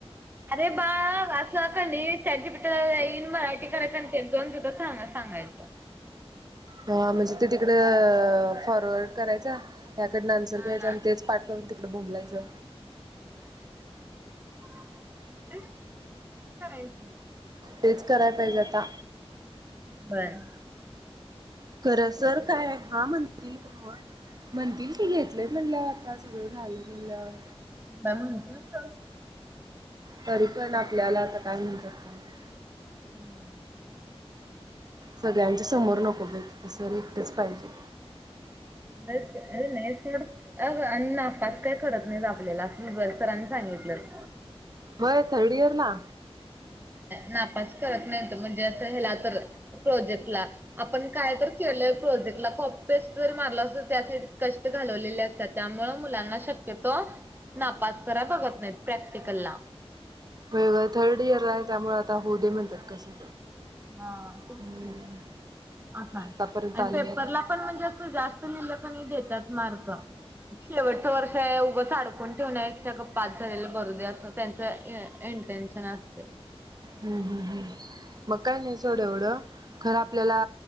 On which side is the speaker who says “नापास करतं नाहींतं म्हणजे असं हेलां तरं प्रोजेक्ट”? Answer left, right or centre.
Right